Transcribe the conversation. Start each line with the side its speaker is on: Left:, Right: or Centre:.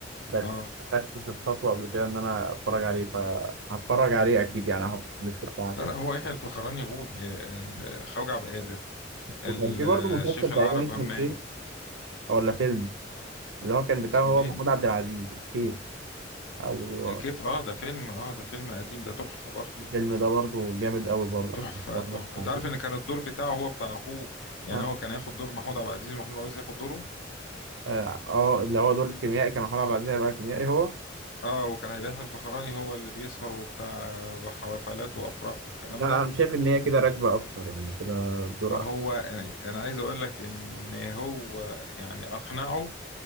Right: بس
Left: اه
Right: ما خدتش الخطوة قبل كده إن أنا أتفرج عليه فهتفرج عليه أكيد يعني هحطه في الليست بتاعتي
Left: لا لا هو يحيى الفخراني يقول ال- ال- خوجة عبد القادر
Right: وكان
Left: ال-
Right: في
Left: آه،
Right: برضه مسلسل
Left: الشيخ العرب
Right: تقريبا
Left: همام
Right: اسمه الكيف ولا فيلم اللي هو كان بتاعه
Left: اسمه
Right: هو
Left: ايه
Right: محمود عبد العزيز الكيف او
Left: الكيف اه ده فيلم اه ده فيلم قديم ده تحفة برضه
Right: الفيلم ده برضه جامد قوي برضه
Left: تحفة
Right: انا اتفرجت
Left: تحفة
Right: عليه
Left: انت عارف ان كان الدور بتاعه هو بتاع اخوه يعني
Right: اه
Left: هو كان هياخد دور محمود عبد العزيز ومحمود عبد العزيز ياخد دوره
Right: اه آه، اللي هو دور الكيميائي كان محمود عبد العزيز هيبقى كيميائي هو
Left: اه وكان هيبقى يحيى الفخراني هو اللي بيسهر وبتاع حفلات وافراح والكلام
Right: لا
Left: ده
Right: انا شايف ان هي كده راكبه اكتر يعني كده بسرعه
Left: ما هو انا أنا عايز اقول لك ان هو يعني اقنعه